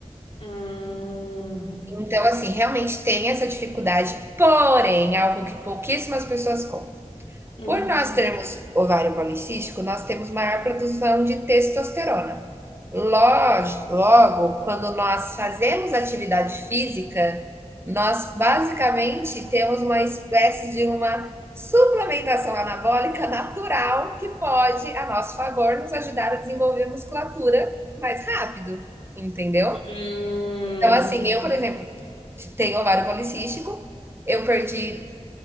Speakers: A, on the left (about 60°); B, on the right (about 20°).
A: Hum,
B: Então, assim, realmente tem essa dificuldade, porém, é algo que pouquíssimas pessoas contam.
A: hum.
B: Por nós termos ovário policístico, nós temos maior produção de testosterona. Log- Logo, quando nós fazemos atividade física, nós basicamente temos uma espécie de uma suplementação anabólica natural que pode, a nosso favor, nos ajudar a desenvolver musculatura mais rápido, entendeu?
A: Hum,
B: Então, assim, eu, por exemplo, tenho ovário policístico, eu perdi